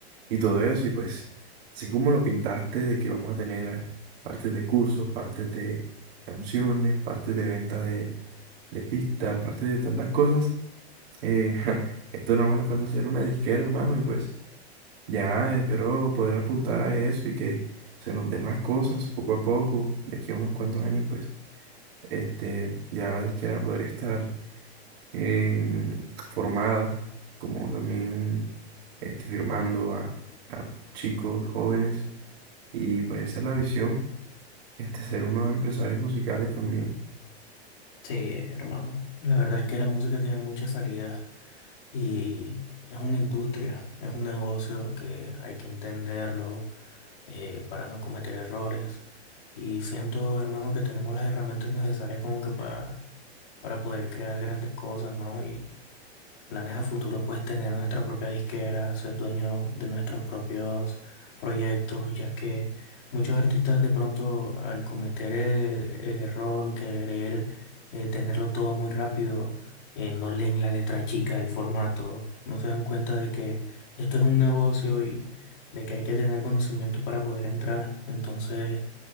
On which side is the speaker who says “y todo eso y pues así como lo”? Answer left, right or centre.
Right